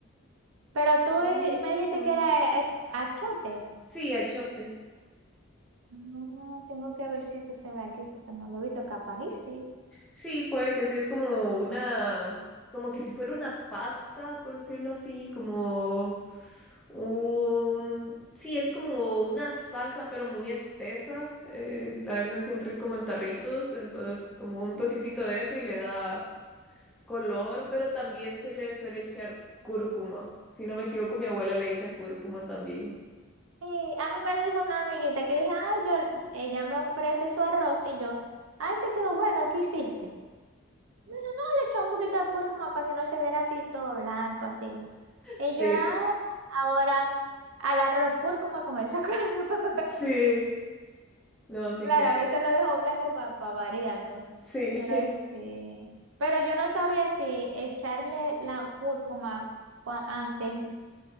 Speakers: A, on the right; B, in the centre.
A: Pero tú
B: Ujú.
A: eh, me dijiste que era eh, eh, achote.
B: Sí, achote.
A: No, tengo que ver si eso se ve aquí porque no lo he visto, capaz y sí.
B: Sí, puede que sí, es como una, como que si fuera una pasta, por decirlo así, como un, sí, es como una salsa, pero muy espesa. eh, la venden siempre como en tarritos, entonces como un
A: Mm.
B: toquecito de eso y le da color, pero también se le suele echar cúrcuma. Si no me equivoco, mi abuela le echa cúrcuma también.
A: Y a mí me lo dijo una amiguita que dice, ay, yo, ella me ofrece su arroz y yo, ay, te quedó bueno, ¿qué hiciste? Me dijo, no, le eché un poquito de cúrcuma para que no se viera así todo blanco, así.
B: <laughs>
A: Y yo, ah,
B: Sí,
A: ahora al arroz cúrcuma con esa <laughs> cúrcuma.
B: sí, no, sí
A: Claro,
B: que,
A: a veces lo dejo blanco para variar, ¿no?
B: sí.
A: Pero
B: <laughs>
A: sí. Pero yo no sabía si echarle la cúrcuma cua- antes